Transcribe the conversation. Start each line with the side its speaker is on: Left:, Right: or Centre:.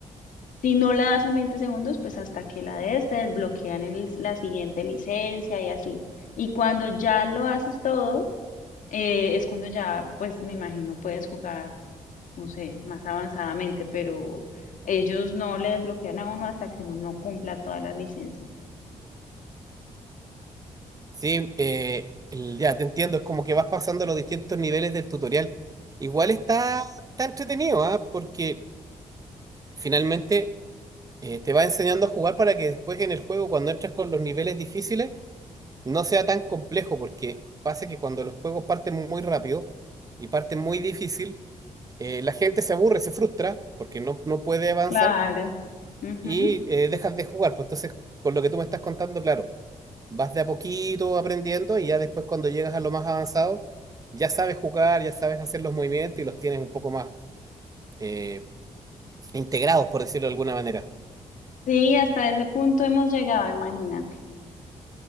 Left: Si no la das en 20 segundos, pues hasta que la des, te desbloquean el- la siguiente licencia y así. Y cuando ya lo haces todo, eh, es cuando ya, pues me imagino, puedes jugar, no sé, más avanzadamente, pero ellos no le desbloquean a uno hasta que uno no cumpla todas las licencias.
Right: Sí, eh, el- ya te entiendo, es como que vas pasando los distintos niveles del tutorial. Igual está, está entretenido, ¿ah? Porque finalmente eh, te va enseñando a jugar para que después en el juego, cuando entras con los niveles difíciles, no sea tan complejo, porque pasa que cuando los juegos parten muy rápido y parten muy difícil, eh, la gente se aburre, se frustra porque no, no puede avanzar
Left: Claro. Ujú.
Right: y eh, dejas de jugar. Pues entonces, con lo que tú me estás contando, claro, vas de a poquito aprendiendo y ya después cuando llegas a lo más avanzado, ya sabes jugar, ya sabes hacer los movimientos y los tienes un poco más eh, integrados, por decirlo de alguna manera.
Left: Sí, hasta ese punto hemos llegado, imagínate.